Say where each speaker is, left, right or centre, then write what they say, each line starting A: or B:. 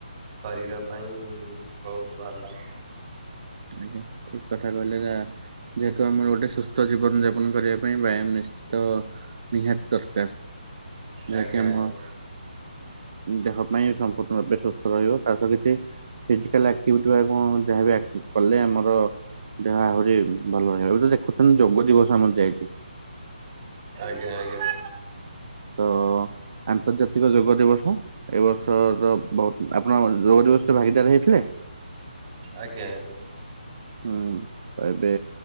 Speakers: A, on the right; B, on the right.
A: ଶରୀର ପାଇଁ ବହୁତ ଭଲ
B: ଆଜ୍ଞା ଠିକ କଥା କହିଲେ ଯା ଯେହେତୁ ଆମର ଗୋଟେ ସୁସ୍ଥ ଜୀବନ ଯାପନ କରିବା ପାଇଁ ବ୍ୟାୟାମ ନିଶ୍ଚିତ ନିହାତି ଦରକାର ଯାହାକି
A: ଆଜ୍ଞା
B: ଆମ
A: ଆଜ୍ଞା।
B: ଦେହ ପାଇଁ ସମ୍ପୂର୍ଣ୍ଣ ରୂପେ ସୁସ୍ଥ ରହିବ ତା ସହିତ କିଛି ଫିଜିକାଲ ଆକ୍ଟିଭିଟି ବା କଣ ଯାହାବ କଲେ ଆମର ଦେହ ଆହୁରି ଭଲ ରହିବ ଏ ତ ଦେଖୁଛନ୍ତି ଯୋଗ ଦିବସ ଆମର ଯାଇଛି।
A: ଆଜ୍ଞା ଆଜ୍ଞା।
B: ତ-ଅ-ଅ ଆନ୍ତର୍ଜାତିକ ଯୋଗ ଦିବସ, ଏ ବର୍ଷର ବହୁତ ଆପଣ ଯୋଗ ଦିବସ ଭାଗିଦାର ହେଇଥିଲେ?
A: ଆଜ୍ଞା ଆଜ୍ଞା।
B: ହୁଁ ଏବେ